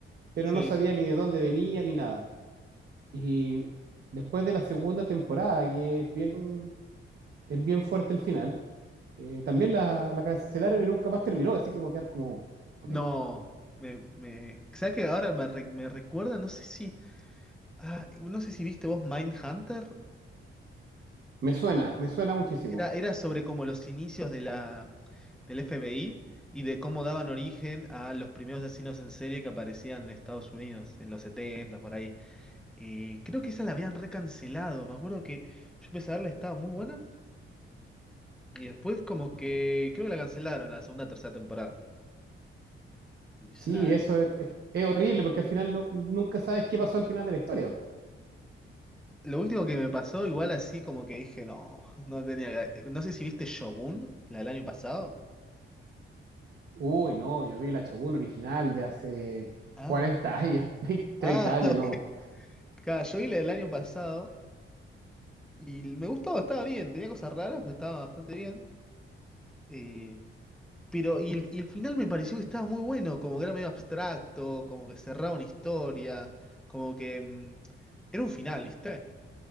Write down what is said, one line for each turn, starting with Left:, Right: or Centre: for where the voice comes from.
Right: pero
Centre: sí.
Right: no sabía ni de dónde venía ni nada. Y después de la segunda temporada, que es bien Es bien fuerte el final. Eh, también la, la cancelaron y nunca más terminó, así que voy a quedar como, ok.
Centre: No, me, me, ¿sabes que ahora me, re- me recuerda? No sé si, ah, no sé si viste vos Mindhunter
Right: Me suena, me suena muchísimo.
Centre: Era, era sobre como los inicios de la, del FBI y de cómo daban origen a los primeros asesinos en serie que aparecían en Estados Unidos, en los 70 por ahí. Eh, creo que esa la habían recancelado. Me acuerdo que yo empecé a verla, estaba muy buena. Y después como que creo que la cancelaron la segunda, tercera temporada. Y es
Right: Sí,
Centre: una-
Right: eso
Centre: es-
Right: es, es- es horrible porque al final no- nunca sabes qué pasó al final de la historia.
Centre: lo último que me pasó, igual así como que dije, no, no tenía... que- No sé si viste Shogun, la del año pasado.
Right: Uy, no, yo vi la Shogun original de hace
Centre: Ah,
Right: 40 años, <laughs> 20, 30
Centre: ah,
Right: años,
Centre: <laughs> ok.
Right: no.
Centre: Claro, yo vi la del año pasado Y me gustaba, estaba bien, tenía cosas raras, pero estaba bastante bien. Eh, pero, y el, y el final me pareció que estaba muy bueno, como que era medio abstracto, como que cerraba una historia, como que mm, era un final, ¿viste?